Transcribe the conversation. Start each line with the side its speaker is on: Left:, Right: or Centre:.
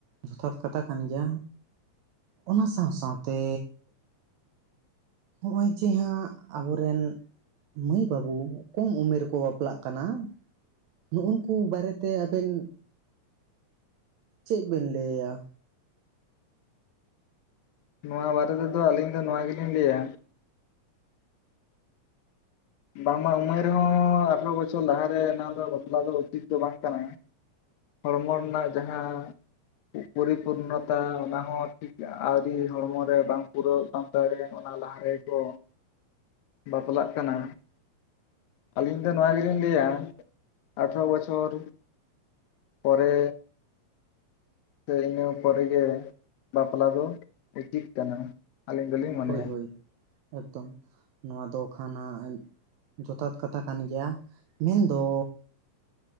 Right: ᱡᱚᱛᱷᱟᱛ ᱠᱟᱛᱷᱟ ᱠᱟᱱ ᱜᱮᱭᱟ᱾ ᱚᱱᱟ ᱥᱟᱣ ᱥᱟᱣ ᱛᱮ ᱦᱚᱸᱜᱼᱚᱭ ᱡᱮ ᱦᱟᱸᱜ ᱟᱵᱚᱨᱮᱱ ᱢᱟᱹᱭ ᱵᱟᱹᱵᱩ ᱠᱚᱢ ᱩᱢᱮᱨ ᱨᱮᱠᱚ ᱵᱟᱯᱞᱟᱜ ᱠᱟᱱᱟ᱾ ᱱᱩᱜ ᱩᱱᱠᱩ ᱵᱟᱨᱮᱛᱮ ᱟᱵᱮᱱ ᱪᱮᱫ ᱵᱮᱱ ᱞᱟᱹᱭᱟ?
Left: ᱱᱚᱣᱟ ᱵᱟᱨᱮ ᱛᱮᱫᱚ ᱟᱹᱞᱤᱧ ᱫᱚ ᱱᱚᱣᱟ ᱜᱮᱞᱤᱧ ᱞᱟᱹᱭᱟ ᱵᱟᱝᱢᱟ ᱩᱢᱮᱨᱮ ᱦᱚᱸ ᱟᱴᱷᱟᱨᱚ ᱵᱚᱪᱷᱚᱨ ᱞᱟᱦᱟᱨᱮ ᱚᱱᱟ ᱫᱚ ᱵᱟᱯᱞᱟ ᱫᱚ ᱩᱪᱤᱛ ᱫᱚ ᱵᱟᱝ ᱠᱟᱱᱟ ᱾ ᱦᱚᱲᱢᱚ ᱨᱮᱱᱟᱜ ᱡᱟᱦᱟᱸ ᱯᱚᱨᱤᱯᱩᱨᱱᱚᱛᱟ ᱚᱱᱟ ᱦᱚᱸ ᱴᱷᱤᱠ ᱟᱣᱨᱤ ᱦᱚᱲᱢᱚ ᱨᱮ ᱵᱟᱝ ᱯᱩᱨᱟᱹᱣ ᱠᱟᱱ ᱛᱟᱹ ᱨᱮ ᱚᱱᱟ ᱞᱟᱦᱟ ᱨᱮᱠᱚ ᱵᱟᱯᱞᱟᱜ ᱠᱟᱱᱟ᱾ ᱟᱹᱞᱤᱧ ᱫᱚ ᱱᱚᱣᱟ ᱜᱮᱞᱤᱧ ᱞᱟᱹᱭᱟ ᱟᱴᱷᱟᱨᱚ ᱵᱚᱪᱷᱚᱨ ᱯᱚᱨᱮ ᱥᱮ ᱤᱱᱟᱹ ᱯᱚᱨᱮᱜᱮ ᱵᱟᱯᱞᱟ ᱫᱚ ᱩᱪᱤᱛ ᱠᱟᱱᱟ᱾ ᱟᱞᱤᱧ ᱫᱚᱞᱤᱧ ᱢᱚᱱᱮᱭᱟ
Right: ᱦᱳᱭ ᱦᱳᱭ ᱮᱠᱫᱚᱢ ᱱᱚᱣᱟ ᱫᱚ ᱠᱷᱟᱱᱟᱜ ᱮᱸᱡ ᱡᱚᱛᱷᱟᱛ ᱠᱟᱛᱷᱟ ᱠᱟᱱ ᱜᱮᱭᱟ ᱢᱮᱱᱫᱚ